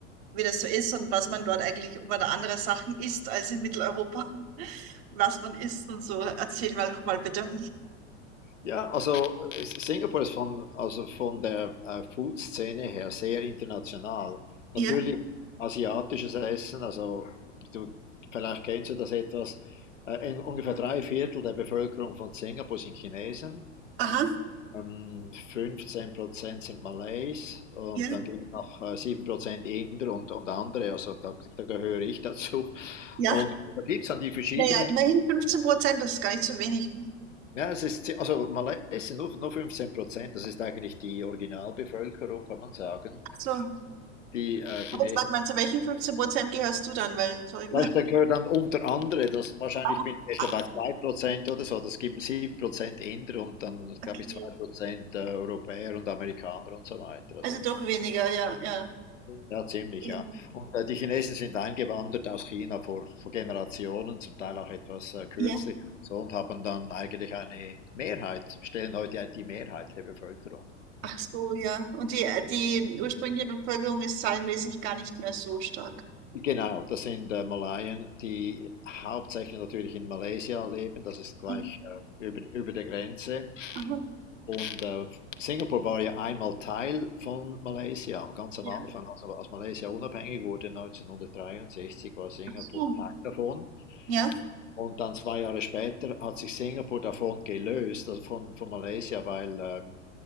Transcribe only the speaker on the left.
Ja, also äh, Singapur ist von, also von der äh, Food-Szene her sehr international. Natürlich
asiatisches Essen, also du, vielleicht kennst du das etwas. Äh, in ungefähr drei Viertel der Bevölkerung von Singapur sind Chinesen,
ähm, 15 Prozent sind Malays und
dann gibt es noch äh, 7 Prozent Inder und, und andere, also da, da gehöre ich dazu.
Und da gibt es dann die verschiedenen
Ja, es ist, zi- also Malaysia nur, nur 15 Prozent, das ist eigentlich die Originalbevölkerung, kann man sagen,
die äh, Chinesen.
Vielleicht
da gehört dann unter andere, das, wahrscheinlich
bin ich
jetzt bei 2 Prozent oder so, das gibt 7 Prozent Inder und dann, glaube
ich, 2 Prozent äh, Europäer und Amerikaner und so weiter. Also,
ja, ziemlich,
ja. Und äh, die Chinesen sind eingewandert aus China vor, vor Generationen, zum Teil auch etwas äh, kürzlich,
so, und haben dann eigentlich eine Mehrheit, stellen heute die Mehrheit der Bevölkerung.
Genau, das sind äh, Malaien, die hauptsächlich natürlich in Malaysia leben. Das ist gleich
äh, über, über der Grenze.
Und äh, Singapur war ja einmal Teil von Malaysia, ganz am
Anfang. Also als Malaysia unabhängig wurde 1963, war Singapur
Teil davon.
Und dann zwei Jahre später hat sich Singapur davon gelöst, also von, von Malaysia, weil ähm,